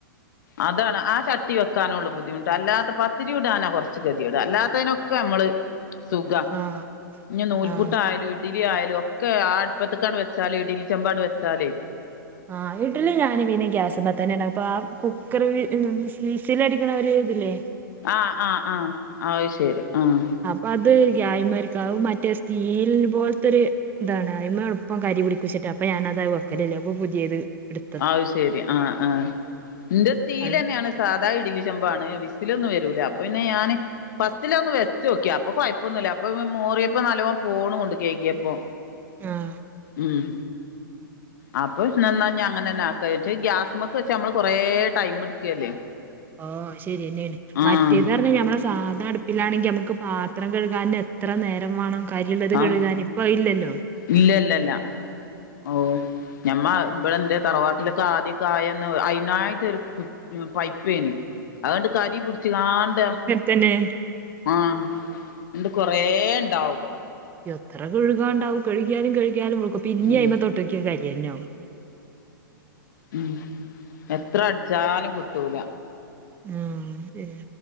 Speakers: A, on the left; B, on the right.
A: അതാണ് ആ ചട്ടി വെക്കാനള്ളു ബുദ്ധിമുട്ട് അല്ലാത്ത പത്തിരി ഉടാനാ കൊർച്ച് കത്യേട് അല്ലാത് പ്പയ്നൊക്കെ അമ്മള് സുഖ.
B: ആഹ്
A: ഞ് നൂൽപുട്ടായാലു
B: ആഹ് ശരി.
A: ഇഡ്ലി ആയാലു ഒക്കെ ആ അട്പ്പത്ത്ക്കാണ് വെച്ചാല് ഇഡി ചെമ്പാട് വെച്ചാലേ.
B: ആഹ് ഇഡ്ല് ഞാനും പിന്നെ ഗ്യാസുമ്മത്തന്നേണവ് പ്പാ കുക്കർ വി ഫിസലടിക്കണ ഒര് ത് ല്ലേ.
A: ആഹ് ആഹ് ആഹ് ആത് ശരി ആഹ്.
B: വത് ഗ്യായ്മരിക്ക അവും മറ്റേ സ്റ്റീൽ പോൽത്തൊര്. ഇതാണ്. അയിമ എളുപ്പം കരി പിടിക്കുച്ചിട്ട് അപ്പൊ ഞാനത് വെക്കലില്ല. അപ്പം പുതിയത് എടു
A: അഹ് ശരി ആഹ് ആഹ് എന്റെ സ്റ്റീൽ
B: പഴ
A: തന്നെയാണ്. സാധാ ഇഡലി ചെമ്പാണ് വിസിലൊന്നും വരൂല. അപ്പൊ പിന്നെ ഞാന് ഫസ്റ്റിലേ ഒന്ന് വെച്ച് നോക്കി അപ്പൊ കൊഴപ്പൊന്നുമില്ല. അപ്പം മോറിയപ്പോ നല്ലോണം പോണുണ്ട്. കഴുക്കിയപ്പോ
B: ആഹ്
A: ഉം അപ്പൊ ന്ന ന്നാ അങ്ങനെന്നെ ആക്ക. ഗ്യാസ്മക്ക് വെച്ച് നമ്മള് കൊറേ ടൈം എടുക്കല്ലേ
B: ഓ ശരി തന്നെയാണ്.
A: ആഹ്
B: മറ്റേന്ന് പറഞ്ഞ നമ്മളെ സാധ അടുപ്പിലാണെങ്കി നമുക്ക് പാ പാത്രം കഴുകാന് എത്ര നേരം വേണം. കരിണത്
A: ആഹ്
B: കഴുകാൻ ഇപ്പം ഇല്ലല്ലോ?
A: ഇല്ല ഇല്ല ഇല്ല ഓ ഞമ്മ ഇവിടെ എന്തേ തറവാട്ടിലൊക്കെ ആദ്യകായന്ന് അതിനായിട്ട് ഉ പൈപ്പേനി. അഹ് കരിപിടിച്ചു കാണ്ട്
B: തെന്നെ
A: ആഹ് ഇന്ന് കൊറേ ണ്ടാവും
B: എത്ര കഴുകാണ്ടാവും കഴുകിയാലും കഴുകിയാലും വെളുക്കും. പിന്നേ
A: ഉം
B: അയിന്ന് മേൽ തൊട്ട് നോക്കിയാ കരിതന്നെയാകും.
A: ഉം എത്ര അടിച്ചാലും കിട്ടൂല.
B: ആഹ് ശേ